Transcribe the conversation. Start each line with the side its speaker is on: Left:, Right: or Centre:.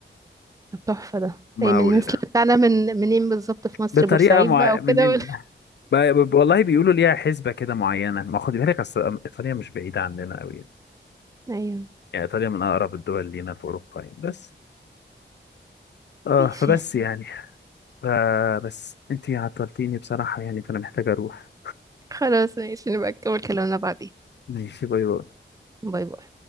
Right: طب تحفة ده
Left: ما
Right: أي من
Left: وال...
Right: الناس اللي بتاعنا من منين بالظبط في مصر
Left: بطريقه
Right: بورسعيد
Left: مع...
Right: بقى وكده
Left: من إن-
Right: ولا
Left: ب... ب... والله بيقولوا ليها حسبه كده معينه ما خد بالك اصل ايطاليا مش بعيده عننا قوي يعني
Right: <laughs> أيوه
Left: يعني ايطاليا من اقرب الدول لينا في اوروبا يعني بس اه
Right: ماشي
Left: فبس يعني آه بس انتي عطلتيني بصراحة يعني فانا محتاج اروح
Right: خلاص ماشي نبقى نكمل كلامنا بعدين
Left: ماشي باي باي
Right: باي باي